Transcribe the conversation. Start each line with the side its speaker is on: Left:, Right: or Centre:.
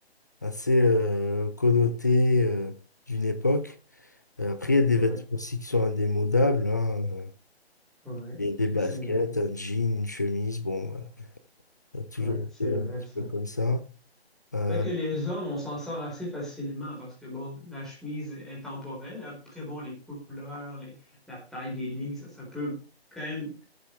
Left: assez euh, connotés euh, d'une époque. Euh, Après, il y a des
Centre: Ouais,
Left: vêtements aussi qui sont indémodables. hein, euh,
Centre: ouais,
Left: Il y a des baskets,
Centre: c'est vrai.
Left: un jean, une chemise. Bon, bah. Ça a toujours
Centre: Ouais,
Left: été
Centre: c'est vrai
Left: un petit
Centre: ça.
Left: peu comme ça. Euh,
Centre: Fait que les hommes, on s'en sort assez facilement parce que, bon, la chemise est temporelle. Après, bon, les couleurs, les, la taille des lignes, ça, ça peut quand même...